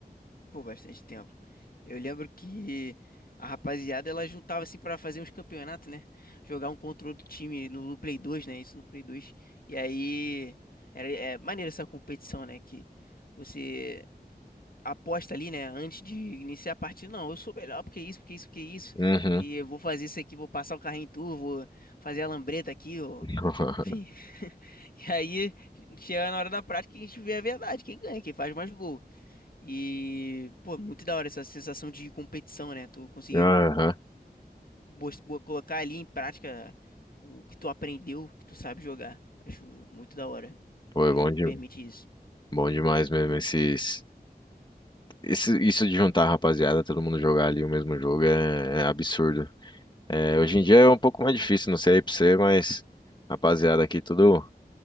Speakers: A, on the left (about 60°); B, on the left (about 30°).
A: Pô, bastante tempo. Eu lembro que a rapaziada ela juntava assim pra fazer uns campeonatos, né? Jogar um contra outro time no, no Play 2, né? Isso no Play 2. E aí era é, maneiro essa competição, né? Que você aposta ali, né? Antes de iniciar a partida, não, eu sou melhor porque isso, porque isso, porque isso.
B: Uhum.
A: E eu vou fazer isso aqui, vou passar o carrinho em tu, vou fazer a lambreta aqui, ó.
B: <laughs>
A: Enfim. <laughs> E aí chega na hora da prática e a gente vê a verdade, quem ganha, quem faz mais gol. E, pô, muito da hora essa sensação de competição, né? Tu conseguir
B: Aham.
A: mos- bo- colocar ali em prática o que tu aprendeu, o que tu sabe jogar. Acho muito da hora
B: Pô, é
A: que
B: bom,
A: o jogo
B: de...
A: permite isso.
B: bom demais mesmo esses... Esse... Isso de juntar a rapaziada, todo mundo jogar ali o mesmo jogo é, é absurdo. É, hoje em dia é um pouco mais difícil, não sei aí pra você, mas rapaziada aqui tudo...